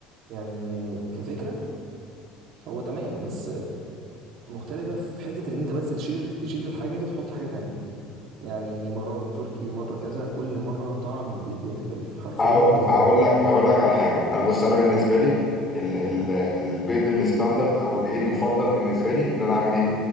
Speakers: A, on the right (about 60°); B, on the left (about 20°).
A: يعني كفكره هو تمام بس مختلفة في حتة إن أنت بس تشيل تشيل الحاجة دي وتحط حاجة تانية يعني مرة بالتركي مرة كذا كل مرة طعم البيض بيختلف حرفيا
B: هقو-
A: جامد
B: هقول لك هقول لك على حاجه انا بص انا بالنسبه لي ال ال البيض الستاندرد او الايه المفضل بالنسبه لي ان انا اعمل ايه